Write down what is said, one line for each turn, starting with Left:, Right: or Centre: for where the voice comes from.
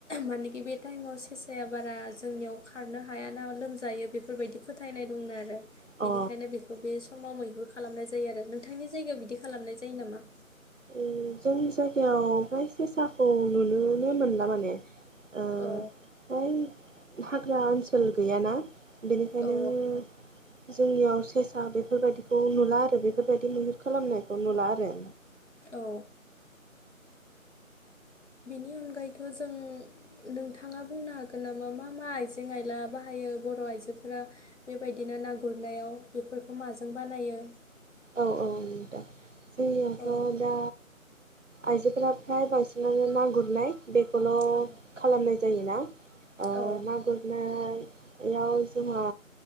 Left: मानेखि बे टाइमाव सेसाया बारा जोंनियाव खारनो हायाना लोमजायो बेफोरबायदि फोथायनाय दंनो आरो।
Right: अ
Left: बिनिखायनो बेखौ बे समाव मैहुर खालामनाय जायो आरो। नोंथांनि जायगायाव बिदि खालामनाय जायो नामा?
Right: ओम जोंनि जायगायाव फ्राय सेसाखौ नुनोनो मोनला माने। ओ
Left: औ
Right: ओय हाग्रा ओनसोल गैयाना। बेनिखायनो
Left: औ
Right: जोंनियाव सेसा बेफोरबायदिखौ नुला आरो बेफोरबायदि मैहुर खालामनायखौ नुला आरो।
Left: औ नि अनगायैथ' जों नोंथाङा बुंनो हागोन नामा मा मा आइजें आइला बाहायो बर' आइजोफोरा बेबायदिनो ना गुरनायाव बेफोरखौ माजों बानायो?
Right: औ औ दा जोंनियाथ'
Left: औ
Right: दा आइजोफोरा फ्राय बांसिनानो ना गुरनाय बेखौल'
Left: औ
Right: खालामनाय जायोना। ओ
Left: औ
Right: गुरनो बेयाव जोंहा